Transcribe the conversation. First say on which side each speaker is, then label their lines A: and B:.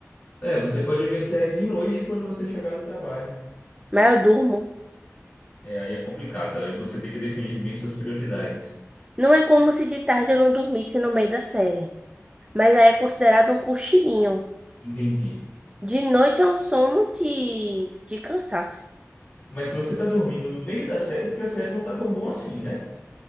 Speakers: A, on the left; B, on the right.
A: É, você pode ver série de noite quando você chegar no trabalho.
B: Mas eu durmo.
A: É, aí é complicado. Aí você tem que definir bem suas prioridades.
B: Não é como se de tarde eu não dormisse no meio da série. Mas aí é considerado um cochilinho.
A: Entendi.
B: De noite é um sono de, de cansaço.
A: Mas se você tá dormindo no meio da série, é porque a série não tá tão boa assim, né?